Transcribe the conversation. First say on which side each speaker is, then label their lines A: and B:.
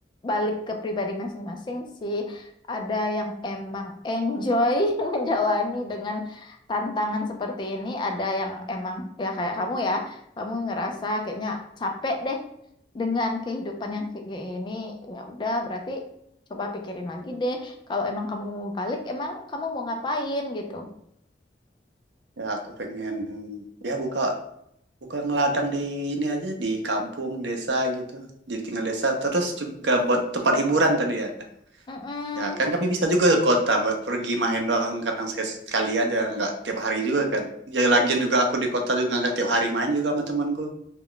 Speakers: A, on the left; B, on the right.
A: balik ke pribadi masing-masing sih. Ada yang emang enjoy <laughs> menjalani dengan tantangan seperti ini, ada yang emang ya kayak kamu ya, kamu ngerasa kayaknya capek deh dengan kehidupan yang kayak gini. Ya udah, berarti coba pikirin lagi deh. Kalau emang kamu mau balik, emang kamu mau ngapain gitu?
B: ya aku pengen ya buka buka ngeladang di ini aja di kampung desa gitu jadi tinggal desa terus juga buat tempat hiburan tadi ya
A: Mm-mm.
B: ya kan kami bisa juga ke kota buat pergi main doang kadang sekali aja nggak tiap hari juga kan ya lagian juga aku di kota juga nggak tiap hari main juga sama temanku